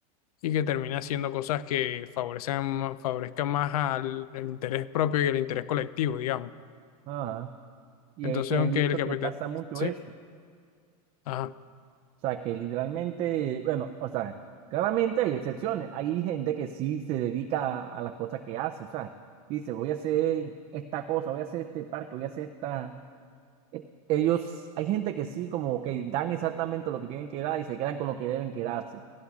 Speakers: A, on the left; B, on the right.
A: y que termine haciendo cosas que favorecen, favorezcan más al, al interés propio y al interés colectivo, digamos.
B: Ajá. Y
A: Entonces,
B: es que
A: aunque
B: he visto
A: el capital...
B: que pasa mucho
A: Sí,
B: eso. O
A: ajá,
B: sea, que literalmente, bueno, o sea, claramente hay excepciones. Hay gente que sí se dedica a, a las cosas que hace. O sea, dice, voy a hacer esta cosa, voy a hacer este parque, voy a hacer esta e- Ellos, hay gente que sí, como que dan exactamente lo que tienen que dar y se quedan con lo que deben quedarse,